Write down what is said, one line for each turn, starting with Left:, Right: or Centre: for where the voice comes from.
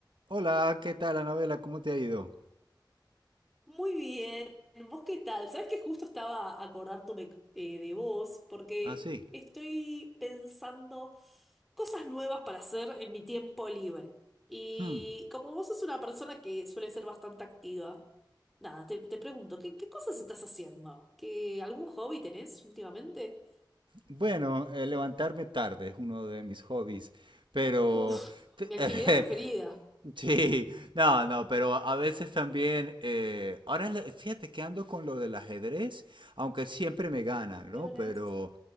Right: Hola, ¿qué tal, Anabela? ¿Cómo te ha ido?
Centre: Muy bien, ¿vos qué tal? Sabes que justo estaba acordándome eh, de vos porque
Right: Ah, sí.
Centre: estoy pensando cosas nuevas para hacer en mi tiempo libre. Y
Right: Hmm.
Centre: como vos sos una persona que suele ser bastante activa, nada, te, te pregunto, ¿qué, qué cosas estás haciendo? ¿Qué, algún hobby tenés últimamente?
Right: Bueno, eh, levantarme tarde es uno de mis hobbies, pero...
Centre: Uf,
Right: te-
Centre: mi actividad preferida.
Right: <laughs> sí, no, no, pero a veces también... eh, ahora, le- fíjate que ando con lo del ajedrez, aunque siempre me ganan,
Centre: El ajedrez.
Right: ¿no? Pero...